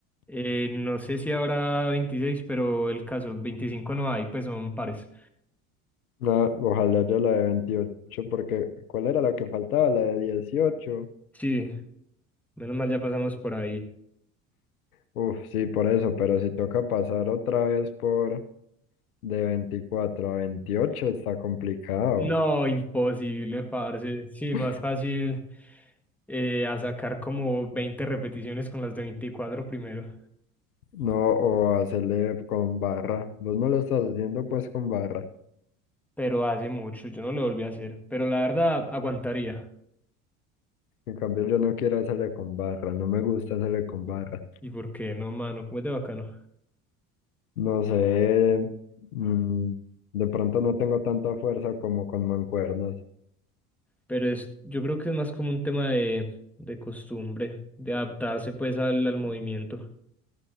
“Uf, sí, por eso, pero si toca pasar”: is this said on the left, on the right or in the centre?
Left